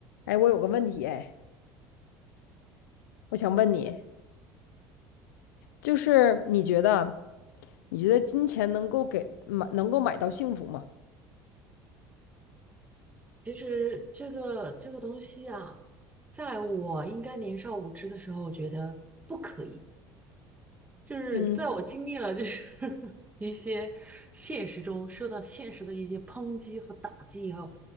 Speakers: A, on the left; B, on the right.
A: 哎，我有个问题，哎，我想问你，就是你觉得，你觉得金钱能够给买，能够买到幸福吗？
B: 其实这个这个东西啊，在我应该年少无知的时候，我觉得不可以。就是在我经历了就是
A: 嗯
B: <laughs> 一些现实中受到现实的一些抨击和打击以后，